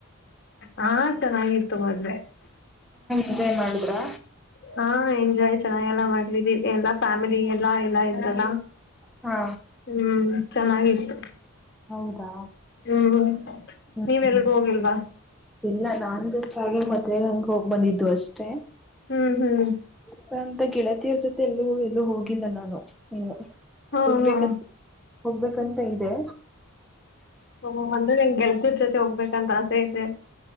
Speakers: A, on the left (about 50°); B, in the centre.
A: ಹಾ ಚೆನ್ನಾಗಿತ್ತು ಮದೆ
B: ಇದೇನ್ ಮಾಡಿದ್ರಾ
A: ಹಾ ಎಂಜಾಯ್ ಚೆನ್ನಾಗೆಲ್ಲ ಮಾಡಿದಿ ಎಲ್ಲಾ ಫ್ಯಾಮಿಲಿ ಎಲ್ಲಾ ಎಲ್ಲಾ ಇದ್ರಲ್ಲ
B: ಹಾ
A: ಹ್ಮ್ ಚೆನ್ನಾಗಿತ್ತು
B: ಹೌದಾ
A: ಹ್ಮ್
B: ಹ್ಮ್
A: ನೀವೆಲ್ಗೂ ಹೋಗಿಲ್ವಾ
B: ಇಲ್ಲ ನಾನ್ ಜಸ್ಟ್ ಹಾಗೆ ಮದ್ವೆ ಅಂಗ್ ಹೋಗ್ ಬಂದಿದ್ದು ಅಷ್ಟೇ
A: ಹ್ಮ್ ಹ್ಮ್
B: ಅಂತಂದು ಗೆಳತಿಯರ್ ಜೊತೆ ಎಲ್ಲೂ ಎಲ್ಲೂ ಹೋಗಿಲ್ಲ ನಾನು ಇನ್ನು
A: ಹಾ
B: ಹೋಗ್ಬೇಕ
A: ಹಾ
B: ಹೋಗ್ಬೇಕಂತ ಇದೆ
A: ಓ ಅಂದ್ರೆ ನಿನ್ಗ್ ಗೆಳ್ತಿರ್ ಜೊತೆ ಹೋಗ್ಬೇಕಂತ ಆಸೆ ಇದೆ